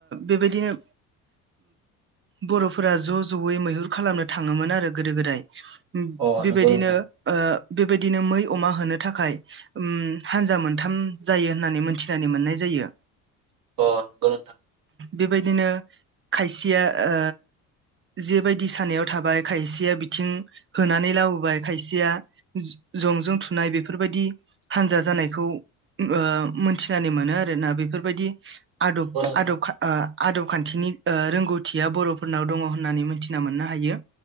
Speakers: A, on the right; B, on the right.
A: बेबायदिनो बर'फोरा ज' ज'यै मैहुर खालामनो थाङोमोन आरो गोदो गोदाय।
B: अ
A: बेबायदिनो
B: नंगौ नोंथां
A: ओ बेबायदिनो मै अमा होनो थाखाय ओम हानजा मोनथाम जायो होननानै मोनथिनानै मोननाय जायो।
B: अ नंगौ नोंथां।
A: बेबायदिनो खायसेया ओ जेबायदि सानायाव थाबाय खायसेया बिथिं होनानै लाबोबाय खायसेया ज जंजों थुनाय बेफोरबायदि हान्जा जानायखौ ओ मोनथिनानै मोनो आरोना बेफोरबायदि। आदब
B: नंगौ नोंथां
A: आदब खा आ आदब खान्थिनि रोंगौथिया बर'फोरनाव दङ होननानै मिथिना मोननो हायो।